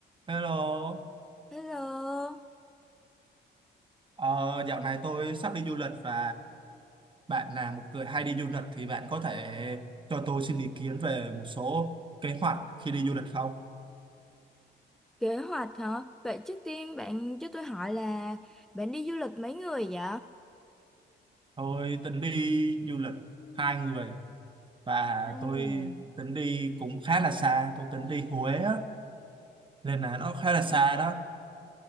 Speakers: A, on the right; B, in the centre.
A: Hello,
B: Hello,
A: ờ, dạo này tôi sắp đi du lịch và bạn là một người hay đi du lịch thì bạn có thể cho tôi xin ý kiến về một số kế hoạch khi đi du lịch không?
B: kế hoạch hả? Vậy trước tiên bạn cho tôi hỏi là bạn đi du lịch mấy người vậy?
A: Tôi tính đi du lịch hai người và
B: hai
A: tôi
B: người
A: tính đi cũng khá là xa, tôi tính đi Huế á, nên là nó khá là xa đó.